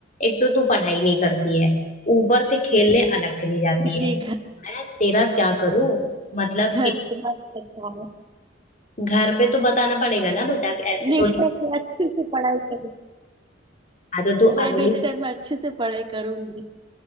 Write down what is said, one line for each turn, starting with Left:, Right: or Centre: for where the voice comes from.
Left: एक तो तू पढ़ाई नहीं करती है ऊपर से खेलने अलग चली जाती
Right: जी
Left: है
Right: घर
Left: मैं तेरा क्या करूं मतलब
Right: घर
Left: कि
Right: पे मत बताओ
Left: घर पे तो बताना पड़ेगा ना बेटा ऐसे
Right: नेक्स्ट
Left: थोड़ी
Right: टाइम मैं अच्छे से पढ़ाई करूंगी
Left: हाँ तो तू
Right: मैं
Left: अगली
Right: नेक्स्ट टाइम मैं अच्छे से पढ़ाई करूंगी